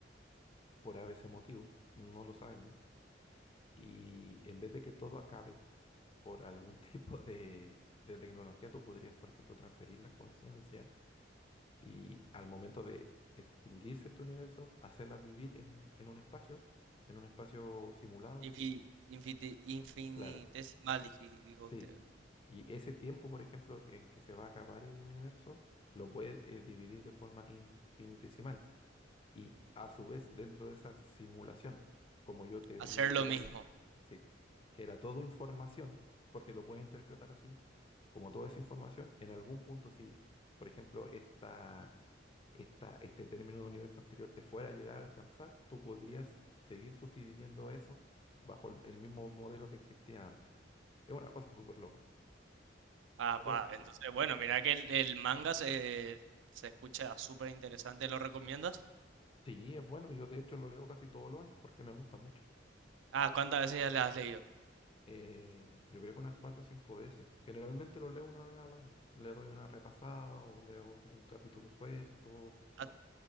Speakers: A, on the left; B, on the right.
A: por ese motivo, no lo sabemos. Y en vez de que todo acabe, por algún <laughs> tipo de, de tecnología, tú podrías, por ejemplo, transferir las conciencias y al momento de, de extinguirse este universo, hacerlas vivir en, un- en un espacio, en un espacio simulado.
B: Infi- infiti- infinitesimal,
A: Eh, claro,
B: dij- dijo
A: sí.
B: usted.
A: Y ese tiempo, por ejemplo, en que se va a acabar el universo, lo puedes eh, dividir de forma infinitesimal. y a su vez dentro de esa simulación, como yo te venía
B: Hacer
A: explicando,
B: lo mismo.
A: sí, que era todo información, porque lo puedes interpretar así, como toda esa información, en algún punto si, por ejemplo, esta, esta, este término de universo anterior te fuera a llegar a alcanzar, tú podrías seguir subdividiendo eso bajo el, el mismo modelo que existía antes. Es una cosa súper loca.
B: Ah,
A: Pero
B: va, entonces, bueno, mira que el, el manga se, se escucha súper interesante, ¿lo recomiendas?
A: sí, es bueno, yo de hecho lo leo casi todos los años porque me gusta mucho.
B: Ah, ¿cuántas veces ya le has leído?
A: Eh, yo creo que unas cuatro o cinco veces. Generalmente lo leo una vez al año. Le doy una repasada o leo un capítulo suelto.
B: A,